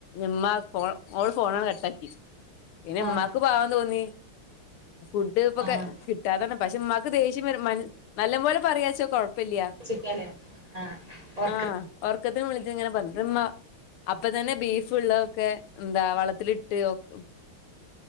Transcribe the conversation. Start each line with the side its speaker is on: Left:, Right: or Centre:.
Left: മ്മാ ഫോൺ ഓള് ഫോ ണങ്ങ് കട്ടാക്കി പിന്നെ
Right: ആഹ്
Left: മ്മാക്ക് പാവം തോന്നി ഫുഡ് ഇപ്പൊക്കെ
Right: ആഹ്
Left: കിട്ടാതന്നെ പക്ഷെ മ്മാക്ക് ദേഷ്യം വരും മന് നല്ല പോലെ പറയാച്ചാ കൊ പ്പില്ല്യാ
Right: ചിക്കന് ആഹ് ഓർക്ക്
Left: ആഹ് ഒറക്കത്ത് വിളിച്ച് ഇങ്ങനെ പറ മ്മ അപ്പ തന്നെ ബീഫുള്ളക്കെ എന്താ വള്ളത്തിലിട്ട് ഒക്